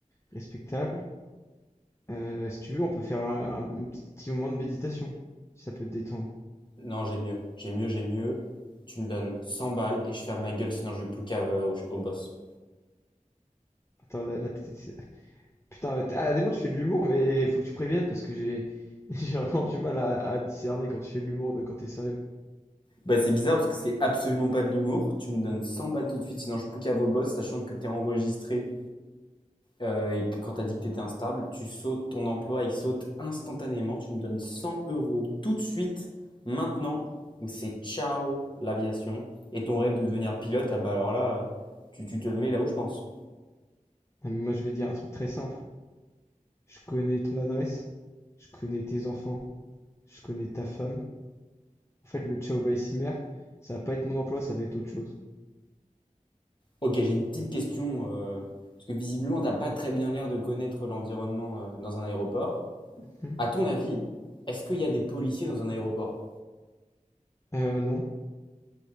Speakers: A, on the left; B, on the left.
A: respectables. Euh, si tu veux, on peut faire un, un petit moment de méditation, si ça peut te détendre.
B: Non, j'ai mieux. J'ai mieux, j'ai mieux. Tu me donnes 100 balles et je ferme ma gueule, sinon je vais poucave euh, au, au boss.
A: Attends, là, t'es- t'es- putain, t'es- à des moments tu fais de l'humour, mais il faut que tu préviennes parce que j'ai <laughs> j'ai vraiment du mal à, à discerner quand tu fais de l'humour de quand t'es sérieux.
B: Bah, c'est bizarre parce que c'est absolument pas de l'humour. Tu me donnes 100 balles tout de suite, sinon je poucave au boss, sachant que t'es enregistré Euh, et que- quand tu as dit que tu étais instable, tu sautes, ton emploi, il saute instantanément. Tu me donnes 100 euros tout de suite, maintenant, ou c'est ciao l'aviation. Et ton rêve de devenir pilote, ah bah alors là, euh, tu, tu te le mets là où je pense.
A: Ah, mais moi, je vais dire un truc très simple. Je connais ton adresse, je connais tes enfants, je connais ta femme. En fait, le ciao bye cimer, ça va pas être mon emploi, ça va être autre chose.
B: Ok, j'ai une petite question, euh, parce que visiblement, t'as pas très bien l'air de connaître l'environnement euh, dans un aéroport.
A: Mhm.
B: À ton avis, est-ce qu'il y a des policiers dans un aéroport?
A: Euh, non.